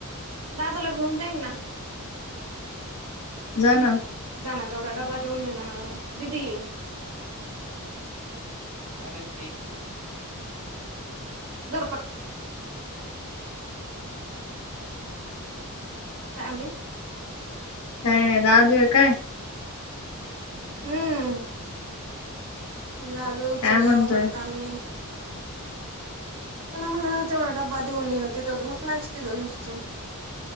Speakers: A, on the right (about 85°); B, on the left (about 75°).
A: दादूला घेऊन जाईनं नां.
B: जा ना.
A: जांना तेवढा डब्बा देऊन येना. दिदी. कायं म्हणती. झरपट कायं आणली.
B: कायं नाहीं दादू आहे कायं.
A: हम्मं हम्मं दादूच
B: काय म्हणतोय
A: लयं अवघड कामं आहे. त्यांला म्हणला तेवढा डब्बा देऊन ये तिथं झोपलांच आहे तिथं नुस्तं.